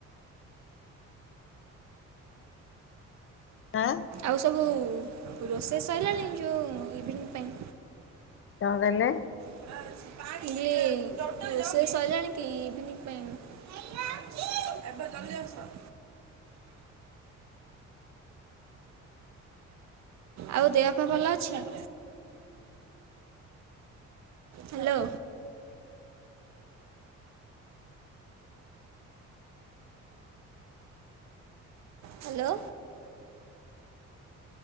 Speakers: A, on the left (about 45°); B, on the right (about 65°).
A: ଆ।
B: ଆଉ ସବୁ ରୋଷେଇ ସଇଲାଣି ଯୋଉ ଇଭିନିଂ ପାଇଁ?
A: ତଁ ତଇଲେ?
B: <inaudible> ରୋଷେଇ ସଇଲାଣି କି ଇଭିନିଂ ପାଇଁ? ଏପା ଜଲ୍ଦି ଆସ ଆଉ ଦେଅ ପା ଭଲ ଅଛି? ହାଲୋ। Hello